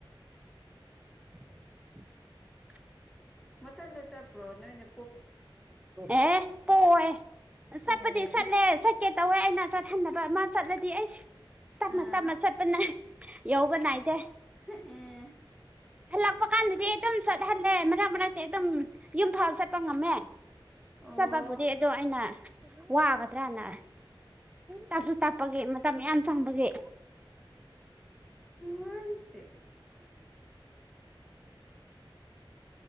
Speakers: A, on the right; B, in the centre.
A: <inaudible>
B: ꯃꯊꯟꯗ ꯆꯠꯄꯔꯣꯅꯣꯏꯅ
A: ꯑꯦ ꯄꯣ ꯑꯦ ꯆꯄꯗꯤ
B: ꯑꯦ
A: ꯆꯠꯂꯦ ꯆ ꯀꯦ ꯇꯧꯋꯦ ꯑꯩꯅ ꯆꯠꯊꯟꯅꯕ ꯑꯃ ꯆꯠꯂꯗꯤ ꯑꯩ ꯇꯞꯅ
B: ꯑꯥ
A: ꯇꯞꯅ ꯆꯠꯄꯅ ꯌꯧꯕ ꯅꯥꯏꯗꯦ
B: ꯑꯦ
A: ꯍꯜꯂꯛꯄ ꯀꯥꯟꯗꯗꯤ ꯑꯩ ꯑꯗꯨꯝ ꯆꯠꯍꯜꯂꯦ ꯃꯔꯛ ꯃꯔꯛꯇꯤ ꯑꯗꯨꯝ ꯌꯨꯝ ꯐꯥꯎꯕ ꯆꯠꯄ ꯉꯝꯃꯦ
B: ꯑꯣ
A: ꯆꯞꯄꯄꯨꯗꯤ ꯑꯗꯣ ꯑꯩꯅ ꯋꯥꯒꯗ꯭ꯔꯅ ꯇꯥꯞꯁꯨ ꯇꯞꯄꯒꯦ ꯃꯇꯝ ꯌꯥꯝ ꯁꯥꯡꯕꯒꯦ
B: <unintelligible>